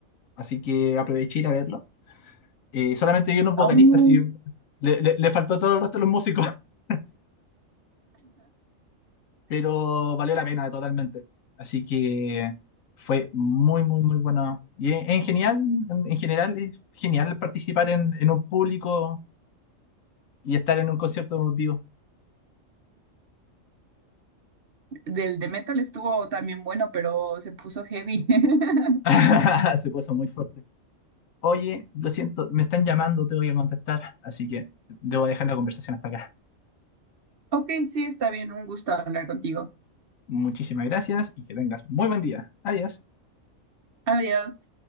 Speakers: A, on the left (about 85°); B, on the right (about 50°).
A: así que aproveché ir a verlo. Eh, solamente vi unos vocalistas
B: Ah, no.
A: y le, le- le faltó todo el resto de los músicos, <laughs> pero valió la pena totalmente. Así que fue muy, muy, muy bueno. Y en, en genial, en, en general es genial participar en, en un público y estar en un concierto vivo.
B: del de metal estuvo también bueno, pero se puso heavy. <laughs>
A: <laughs> Se puso muy fuerte. Oye, lo siento, me están llamando, tengo que contestar, así que debo dejar la conversación hasta acá.
B: Ok, sí, está bien. Un gusto hablar contigo.
A: Muchísimas gracias y que tengas muy buen día. Adiós.
B: Adiós.